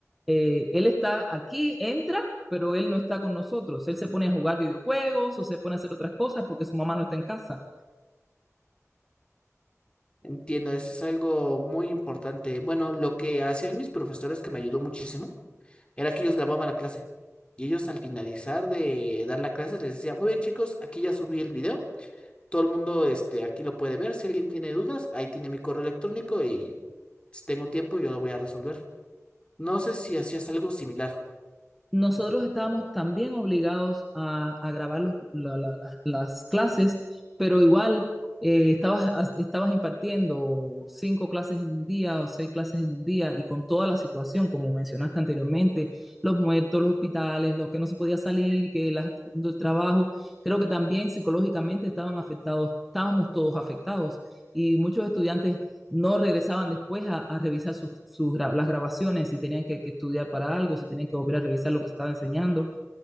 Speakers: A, in the centre; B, on the left.
A: eh, él está aquí, entra pero él no está con nosotros. Él se pone a jugar videojuegos o se pone a hacer otras cosas porque su mamá no está en casa.
B: Entiendo, eso es algo muy importante. Bueno, lo que hacían mis profesores que me ayudó muchísimo era que ellos grababan la clase y ellos al finalizar de dar la clase les decía, muy bien chicos, aquí ya subí el video, todo el mundo este, aquí lo puede ver, si alguien tiene dudas, ahí tiene mi correo electrónico y si tengo tiempo yo lo voy a resolver. No sé si hacías algo similar.
A: nosotros estábamos también obligados a, a grabar los- la- la- la- las clases, pero igual eh, estabas, as- estabas impartiendo cinco clases en un día o seis clases en un día y con toda la situación, como mencionaste anteriormente, los muertos, los hospitales, los que no se podía salir, que la gente perdiendo el trabajo, creo que también psicológicamente estaban afectados, estábamos todos afectados y muchos estudiantes no regresaban después a, a revisar sus, sus, las grabaciones, si tenían que, que, estudiar para algo, si tenían que volver a revisar lo que estaba enseñando.